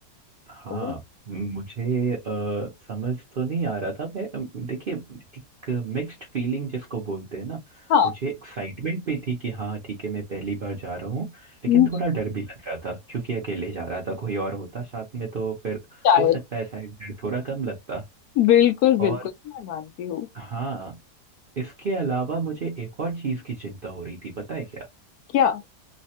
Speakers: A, on the right; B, on the left.
A: हाँ
B: ओ,
A: मुझे अ, समझ तो नहीं आ रहा था मैं अम, देखिए एक मिक्स्ड फीलिंग जिसको बोलते हैं ना
B: हाँ
A: मुझे एक्साइटमेंट भी थी कि हाँ ठीक है मैं पहली बार जा रहा हूँ लेकिन
B: हम्म,
A: थोड़ा डर भी लग रहा था क्योंकि अकेले जा रहा था कोई और होता साथ में तो फिर
B: शायद
A: हो सकता है शायद डर थोड़ा कम लगता
B: बिल्कुल बिल्कुल
A: और
B: मैं मानती हूँ
A: हाँ इसके अलावा मुझे एक और चीज़ की चिंता हो रही थी पता है क्या
B: क्या